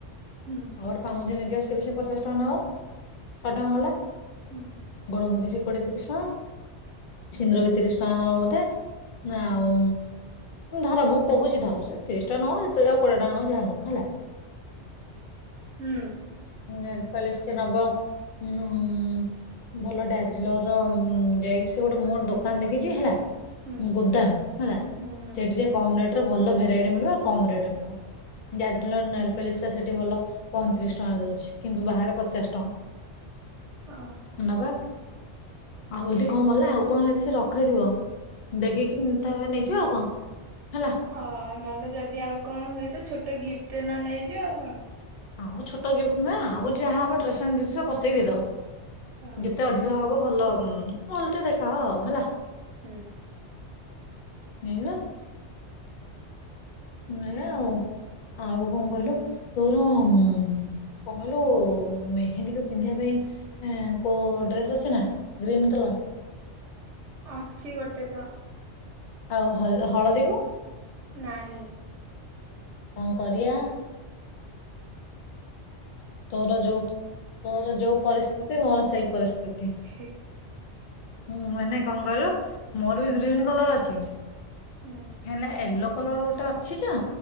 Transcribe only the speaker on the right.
ହୁଁ
ହୁଁ
ହୁଁ।
ହୁଁ
ହୁଁ ହୁଁ
ଓ
ହଁ ନହେଲେ ଯଦି ଆଉ କଣ ହୁଏ ତ ଛୋଟ ଗିଫ୍ଟ ନ ନେଇଯିବା ଆଉ କଣ?
ହଁ
ହଁ।
ଅଛି ଗୋଟେ ତ।
ନାହିଁ।
<inaudible>
ହୁଁ।